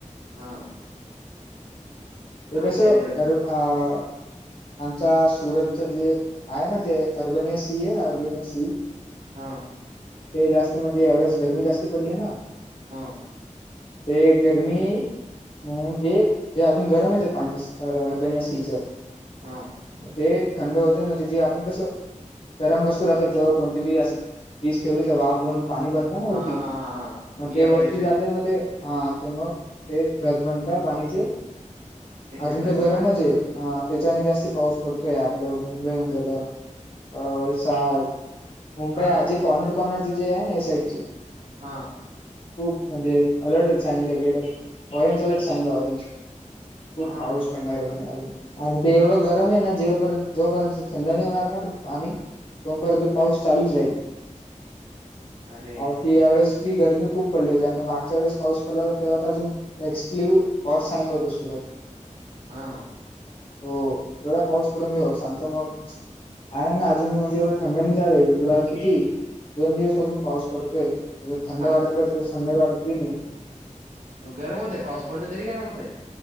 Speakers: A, on the right (about 70°); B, on the left (about 45°).
A: हा
B: हे
A: आमच्या
B: कसं
A: इथे पण
B: आरु आ- आमच्या सुरतच जे आहे ना, ते अर्बनिया सी आहे ना अर्बनिया सी
A: हा
B: ते जास्त म्हणजे ह्या वेळेस गरमी जास्ती पडली आहे ना.
A: हा
B: ते गरमी- मग हे जे अजून गरम आहे, ते पाणी अर्बन या सीचं
A: हा हा
B: मग ते थंड होततेय मग त्याचीे आपण कसं- गरम वस्तू राहते जेव्हा कोणती बी अस यीज ठेवली तेव्हा आफ बनून पाणी बन- जा ना वरती
A: हा हा हा
B: मग ते
A: ई
B: वरती
A: ऑपरेशन
B: जातय मग ते हा ते ते जर धग बनते पाणीचे
A: त्याच्याने
B: अजून
A: जास्त
B: तर गरमच
A: पाणी पडतं
B: आहे हा. त्याच्याने जास्ती पाऊस पडतोय आपलं मुंबई होऊन गेलं वलसाड मुंबई
A: हा
B: जे कॉर्नर कॉर्नरची जे आहे ना या साईडची
A: हा
B: खूप म्हणजे अलर्ट सांगितलं रेड ऑरेंज अलर्ट सांगलं ऑरेंज खूप
A: हा
B: पाऊस पडणार आहे म्हणे अजून आणि ते एवढं गरम आहे ना जेपर्यंत, जोपर्यंत थंड नाही होणार ना तो पाणी तोपर्यंत पाऊस चालूच राहील
A: अरे
B: काल की या वेळेस, मी गरमी खूप पडली होती, आणि मागच्या वेळेस पाऊस पडला होता तेव्हा तर अजून- एक्सक्ल्यू और सांगितलं होतं सुरत-
A: हा
B: हो एवढा पाऊस पडून होप्स सांगतो बघ आहे ना अजून मी म्हणजे एवढं थंडणी जा रही आहे. एवढं किती दोन दिवस पासून पाऊस पडतोय. त्या थंड
A: अजून
B: वाटतं होतं तर थंड वाटत बी नाही आहे.
A: मग गरम होतय पाऊस पडतो तरी गरम आहे?